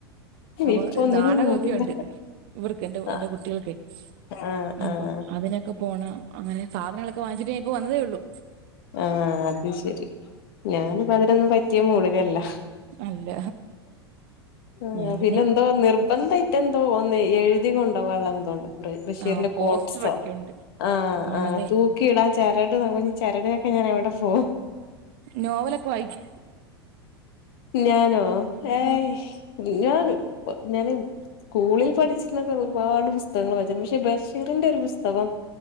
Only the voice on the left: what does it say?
ഇപ്പൊ ഒന്നിനും
മൂടില്ല
ആഹ്
ആഹ്
ആഹ്
ആഹ് അത് ശരി ഞാനിപ്പം അതിനൊന്നും പറ്റിയ മൂടിലല്ല.
ആഹ്
പിന്നെന്തോ നിർ വന്തൈറ്റെന്തോ ഒന്ന് എഴ്തി കൊണ്ടോവാള്ള എന്തോണ്ട് ബഷീറിന്റെ
കോട്സോ
ആഹ്
ആഹ് അത് കിടാൻ ചരട് നുഞ്ഞ് ചെരടിനൊക്കെ ഞാൻ എവിടെ പോവും
ഞാനോ ഏഹ്
ഞാന് ഞാന് സ്കൂളിൽ പഠിച്ചിരുന്നൊക്കെ ഒരുപാട് പുസ്തകങ്ങൾ വായിച്ചരുന്നു പക്ഷെ ബഷീറിന്റെ ഒരു പുസ്തകം